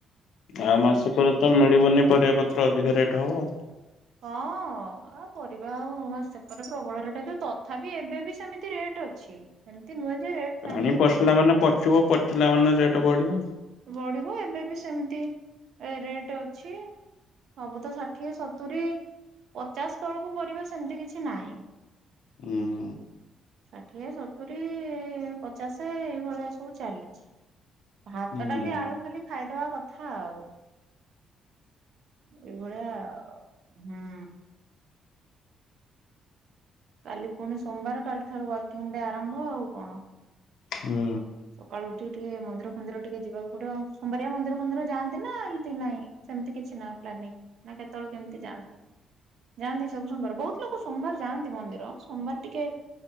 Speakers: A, on the left; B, on the right.
A: ଆଉ ମାସ ପରେ ତ ମିଳିବନି ପରିବା ପତ୍ର ଅଧିକା ରେଟ୍ ହବ‌।
B: ହଁ ଆଉ ପରିବା ଆଉ ମାସେ ପରେ ପ୍ରବଳ ରେଟ୍ ହୋଇଯିବ ତଥାପି ଏବେ ବି ସେମିତି ରେଟ୍ ଅଛି। ଏମିତି ନୁହେଁ ଯେ ରେଟ୍।
A: ପାଣି
B: ନାହିଁ
A: ପଶିଲା ମାନେ ପଚିବ ପଚିଲା ମାନେ ରେଟ୍‌ ବଢିବ।
B: ବଢିବ ଏବେ ବି ସେମିତି ରେଟ୍ ଅଛି। ସବୁ ତ ଷାଠିଏ ସତୁରିୀ। ପଚାଶ ତଳକୁ ପରିବା ସେମିତି କିଛି ନାହିଁ।
A: ହୁଁ।
B: ଷାଠିଏ, ସତୁରି, ପଚାଶେ ଏଇଭଳିଆ ସବୁ ଚାଲିଛି। ଭାତ
A: ହୁଁ।
B: ଡାଲି ଆଳୁ ଖାଲି ଖାଇଦବା କଥା ଆଉ। ଏଇ ଭଳିଆ ଆଉ ହୁଁ। କାଲି ପୁଣି ସୋମବାର କାଲି ଠାରୁ ୱାକିଂ ଡେ ଆରମ୍ଭ ଆଉ କଣ।
A: ହୁଁ।
B: ସକାଳୁ ଉଠି ଟିକେ ମନ୍ଦିର ଫନ୍ଦିର ଟିକେ ଯିବାକୁ ପଡିବ ଆଉ ସୋମବାରିଆ ମନ୍ଦିର ଫନ୍ଦିର ଯାଆନ୍ତି ନା ଏମିତି ନାଇଁ। ସେମିତି କିଛି ନ ପ୍ଲାନିଂ ନା କେତେବେଳେ କେମିତି ଯାଆନ୍ତି। ଯାଆନ୍ତି ସବୁ ସୋମବାର ବହୁତ ଲୋକ ସୋମବାର ଯାଆନ୍ତି ମନ୍ଦିର ସୋମବାର ଟିକେ।